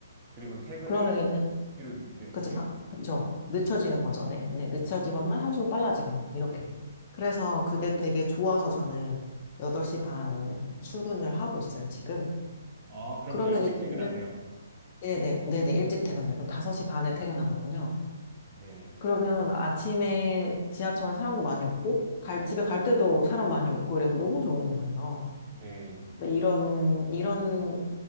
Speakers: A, on the right; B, on the left.
A: 그리고 퇴근이
B: 그러면 이제
A: 뒤로 늦-
B: 그렇죠.
A: 이렇게
B: 사- 그렇죠.
A: 되는 거 늦춰지는
B: 늦춰지는
A: 건가요?
B: 거죠. 네. 네. 늦춰지거나 30분 빨라지거나 이렇게. 그래서 그게 되게 좋아서 저는 8시 반 출근을 하고 있어요, 지금.
A: 아 그럼
B: 그러면
A: 더 일찍
B: 일찍
A: 퇴근하세요
B: 네네 네네 일찍 퇴근해요. 그럼 5시 반에 퇴근하거든요.
A: 네
B: 그러면 아침에 지하철에 사람도 많이 없고 갈
A: 어
B: 집에 갈 때도 사람 많이 없고 그래서 너무 좋은 거예요.
A: 네,
B: 네, 이런, 이런